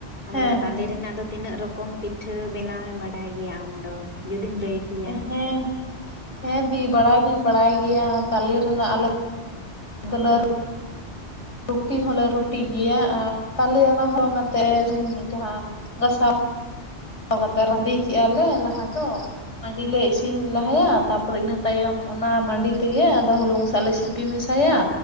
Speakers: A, on the left; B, on the left.
A: ᱟᱫᱚ
B: ᱦᱮᱸ
A: ᱚᱱᱟ ᱛᱟᱞᱮ
B: ᱦᱮᱸ
A: ᱨᱮᱱᱟᱜ ᱫᱚ ᱛᱤᱱᱟᱹᱜ ᱨᱚᱠᱚᱢ ᱯᱤᱴᱷᱟᱹ ᱵᱮᱱᱟᱣᱮᱢ ᱵᱟᱰᱟᱭ ᱜᱮᱭᱟ ᱟᱢ ᱫᱚ? ᱡᱩᱫᱤᱢ ᱞᱟᱹᱭ ᱠᱮᱭᱟ?
B: ᱦᱮᱸ, ᱦᱮᱸ ᱫᱤ ᱵᱟᱲᱟᱭ ᱫᱩᱧ ᱵᱟᱲᱟᱭ ᱜᱮᱭᱟ, ᱛᱟᱞᱮ ᱨᱮᱱᱟᱜ ᱟᱞᱮ <unintelligible> ᱨᱩᱴᱤ ᱦᱚᱸᱞᱮ ᱨᱩᱴᱤ ᱜᱮᱭᱟ, ᱟᱨ ᱛᱟᱞᱮ ᱚᱱᱟ ᱦᱚᱞᱚᱝ ᱟᱛᱮ ᱡᱟᱦᱟᱸ ᱜᱟᱥᱟᱣ ᱠᱟᱛᱮᱫ ᱨᱟᱺᱰᱤ ᱠᱮᱜᱼᱟ ᱞᱮ ᱞᱟᱦᱟ ᱫᱚ, ᱢᱟᱹᱰᱤ ᱞᱮ ᱤᱥᱤᱱ ᱞᱟᱦᱟᱭᱟ ᱛᱟᱯᱚᱨᱮ ᱤᱱᱟᱹ ᱛᱟᱭᱚᱢ, ᱚᱱᱟ ᱢᱟᱹᱰᱤ ᱛᱮᱜᱮ ᱟᱫᱚ ᱦᱚᱞᱚᱝ ᱥᱟᱜ ᱞᱮ ᱥᱤ ᱯᱤ ᱢᱮᱥᱟᱭᱟ,